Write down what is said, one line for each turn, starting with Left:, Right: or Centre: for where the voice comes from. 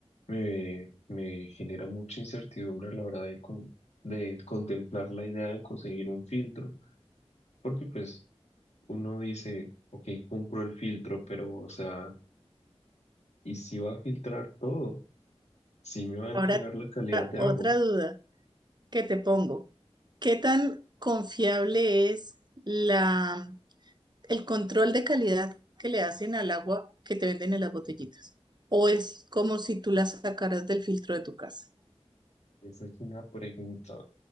Left: me, me genera mucha incertidumbre a la hora de, con- de contemplar la idea de conseguir un filtro, porque pues uno dice, ok, compro el filtro, pero o sea, ¿y si va a filtrar todo? ¿Si me va a entregar
Right: Ahora,
Left: la calidad
Right: otra
Left: de
Right: otra
Left: agua?
Right: duda que te pongo. ¿Qué tan confiable es la, el control de calidad que le hacen al agua que te venden en las botellitas? ¿O es como si tú la sacaras del filtro de tu casa?
Left: Esa es una pregunta